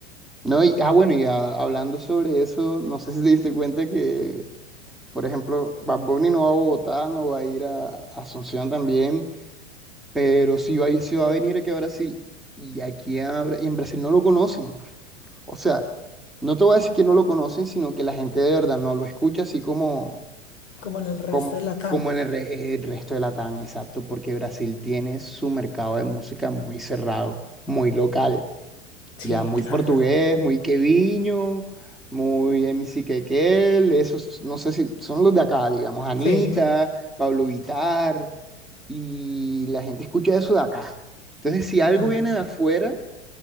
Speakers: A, in the centre; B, on the left.
A: No, y, ah, bueno, y ah, hablando sobre eso, no sé si te diste cuenta que, por ejemplo, Bad Bunny no va a Bogotá, no va a ir a, a Asunción también, pero sí va, a ir- sí va a venir aquí a Brasil. Y aquí a Bra- y en Brasil no lo conocen. O sea, no te voy a decir que no lo conocen, sino que la gente de verdad no lo escucha así como,
B: como en el resto
A: como,
B: de la TAM.
A: como en el, re- el resto de Latam, exacto, porque Brasil tiene su mercado de música muy cerrado, muy local.
B: Sí,
A: Ya muy
B: claro.
A: portugués, muy queviño, muy MC Quequel, esos, no sé si son los de acá, digamos, Anita,
B: Sí.
A: Pablo Vitar, y la gente escucha eso de acá. Entonces, si algo
B: Ah,
A: viene de afuera,